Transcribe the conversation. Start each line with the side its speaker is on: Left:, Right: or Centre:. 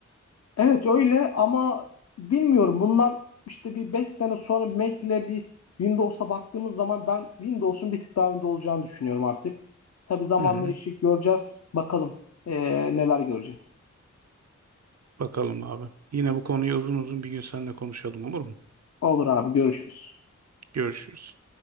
Left: Evet öyle ama bilmiyorum bundan işte bir 5 sene sonra Mac'le bir Windows'a baktığımız zaman ben Windows'un bir tık daha önde olacağını düşünüyorum artık. Tabii zamanla
Right: Hı hı.
Left: yaşayıp göreceğiz. Bakalım ee, neler göreceğiz.
Right: Bakalım abi. Yine bu konuyu uzun uzun bir gün seninle konuşalım olur mu?
Left: Olur abi görüşürüz.
Right: Görüşürüz.